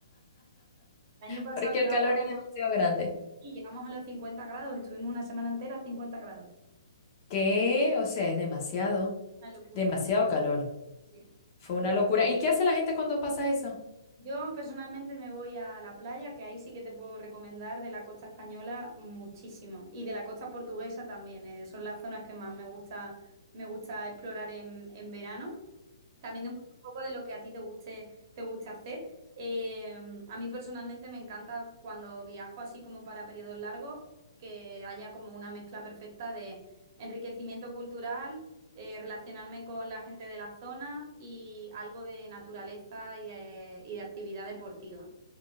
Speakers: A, on the right; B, on the left.
A: El año pasado
B: Porque
A: llegamos
B: el calor es demasiado grande.
A: aquí, llegamos a los 50 grados, estuvimos una semana entera a 50 grados.
B: ¿Qué? O sea, es demasiado,
A: Una locura.
B: demasiado calor.
A: Sí.
B: Fue una locura. ¿Y qué hace la gente cuando pasa eso?
A: Yo personalmente me voy a la playa, que ahí sí que te puedo recomendar de la costa española muchísimo y de la costa portuguesa también. eh, son las zonas que más me gusta, me gusta explorar en, en verano. También depende un poco de lo que a ti te guste, te guste hacer. Eh, a mí personalmente me encanta cuando viajo así como para periodos largos, que haya como una mezcla perfecta de enriquecimiento cultural eh, relacionarme con la gente de la zona y algo de naturaleza y de, y de actividad deportiva.